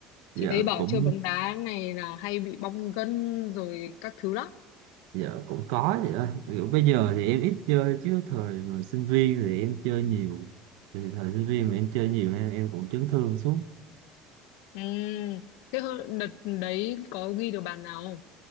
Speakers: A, on the right; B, on the left.
A: dạ
B: chị thấy bảo
A: cũng
B: chơi bóng đá này là hay bị bong gân rồi các thứ lắm
A: dạ cũng có chị ơi kiểu bây giờ thì em ít chơi chứ thời mà sinh viên thì em chơi nhiều thì thời sinh viên mà em chơi nhiều em, em cũng chấn thương suốt
B: ừ thế hơ- đợt đấy có ghi được bàn nào không